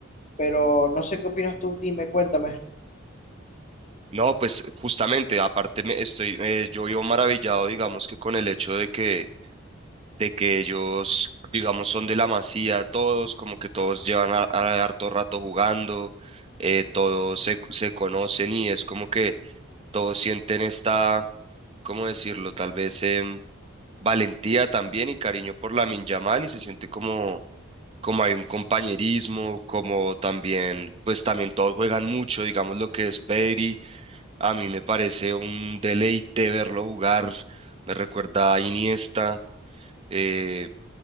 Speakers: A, on the left; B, on the right.
A: Pero no sé qué opinas tú, dime, cuéntame.
B: No, pues justamente, aparte me estoy, eh, yo vivo maravillado, digamos que con el hecho de que, de que ellos, digamos, son de la Masía todos, como que todos llevan a- a- harto rato jugando, eh, todos se, se conocen y es como que todos sienten esta, ¿cómo decirlo? Tal vez em, valentía también y cariño por la Yamal y se siente como como hay un compañerismo, como también, pues también todos juegan mucho, digamos lo que es Pedri, a mí me parece un deleite verlo jugar, me recuerda a Iniesta, eh,